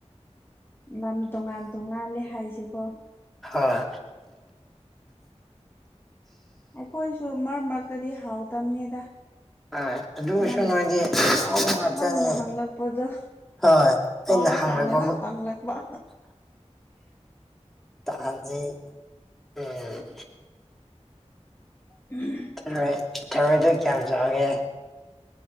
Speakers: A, on the left; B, in the centre.
A: ꯂꯝ ꯇꯣꯉꯥꯟ ꯇꯣꯉꯥꯜꯂꯦ ꯍꯥꯏꯁꯦꯀꯣ
B: ꯍꯣꯏ
A: ꯑꯩꯈꯣꯏꯁꯨ ꯃꯔꯛ ꯃꯔꯛꯇꯗꯤ ꯍꯥꯎꯇꯕꯅꯦꯗ
B: ꯍꯣꯏ ꯑꯗꯨ ꯑꯣꯏꯔꯁꯨ
A: ꯅꯪ
B: ꯅꯣꯏꯗꯤ ꯑꯍꯥꯎꯕ ꯉꯥꯛꯇꯅꯤ
A: ꯅꯪꯅ ꯍꯪ ꯂꯛꯄꯣꯗꯣ
B: ꯍꯣꯏ ꯑꯩꯅ
A: ꯑꯔ
B: ꯍꯪꯂꯛꯄ
A: ꯀꯥꯟꯗꯒ ꯍꯪ ꯂꯛꯄ
B: ꯇꯧꯅꯤ ꯎꯝ
A: ꯎꯝ
B: ꯔꯣꯏ ꯊꯔꯣꯏꯗꯣ ꯀꯌꯥꯝ ꯆꯥꯎꯒꯦ